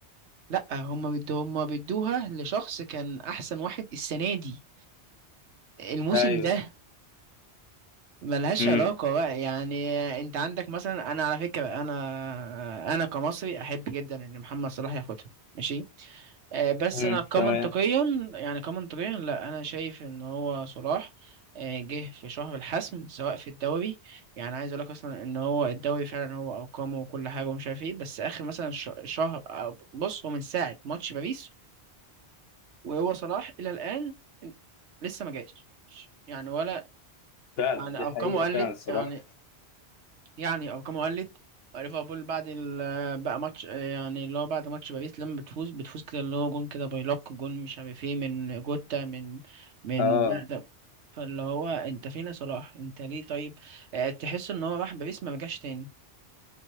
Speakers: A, on the right (about 85°); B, on the left (about 65°).
A: لأ هما بيدوها هما بيدوها لشخص كان أحسن واحد السنة دي الموسم
B: ايوه
A: ده ملهاش
B: امم
A: علاقة بقى يعني انت عندك مثلا انا على فكرة انا انا كمصري احب جدا ان محمد صلاح ياخدها ماشي آه، بس
B: امم
A: انا كمنطقيا
B: تمام
A: يعني كمنطقيا لا انا شايف ان هو صلاح آه، جه في شهر الحسم سواء في الدوري يعني عايز اقول لك اصلا ان هو الدوري فعلا هو ارقامه وكل حاجة ومش عارف ايه بس اخر مثلا ش- شهر آه، بص هو من ساعة ماتش باريس وهو صلاح الى الان لسه ما جاش يعني ولا
B: فعلا
A: يعني
B: دي
A: ارقامه
B: حقيقة
A: قلت
B: فعلا الصراحة
A: يعني يعني ارقامه قلت ليفربول بعد ال- بقى ماتش يعني اللي هو بعد ماتش باريس لما بتفوز بتفوز كده اللي هو جون كده باي لوك جون مش عارف ايه من جوتا من من
B: اه
A: ده ده. فاللي هو انت فينا صلاح انت ليه طيب آه، تحس ان هو راح باريس ما رجعش تاني